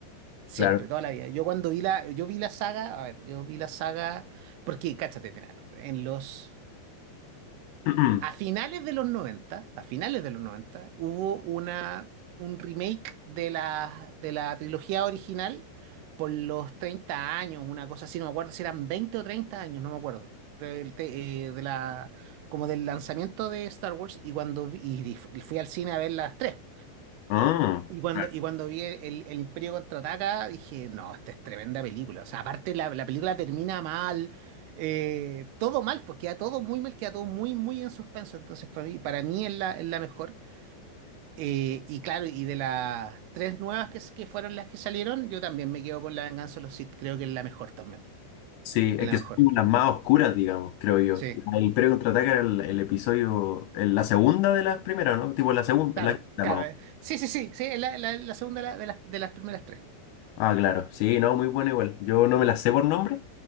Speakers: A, on the right; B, on the left.
A: Siempre,
B: claro.
A: toda la vida. Yo cuando vi la, yo vi la saga, a ver, yo vi la saga, porque, cáchate, mira, en los
B: <clears throat> ¿No?
A: a finales de los 90, a finales de los 90, hubo una, un remake de la, de la trilogía original por los 30 años, una cosa así, no me acuerdo si eran 20 o 30 años, no me acuerdo. Del te- eh, de la, como del lanzamiento de Star Wars y cuando vi- y fui al cine a ver las tres.
B: Ah,
A: Y cuando,
B: claro.
A: y cuando vi el, el Imperio Contraataca, dije, no, esta es tremenda película. O sea, aparte la, la película termina mal, eh, todo mal, pues queda todo muy mal, queda todo muy, muy en suspenso. Entonces, para mí, para mí es la, es la mejor. Eh, y claro, y de las tres nuevas que, s- que fueron las que salieron, yo también me quedo con La Venganza de los Sith. Creo que es la mejor también.
B: Sí,
A: Es
B: es
A: la
B: que
A: mejor.
B: son como las más oscuras, digamos, creo yo.
A: Sí,
B: El Imperio Contraataca era el, el episodio, el- la segunda de las primeras, ¿no? Tipo la segunda,
A: claro,
B: la quinta
A: claro.
B: más
A: eh.
B: o
A: Sí, sí, sí, sí, es la, la- la segunda de la- de las, de las primeras tres.
B: Ah, claro, sí, no, muy bueno igual. Yo no me la sé por nombre,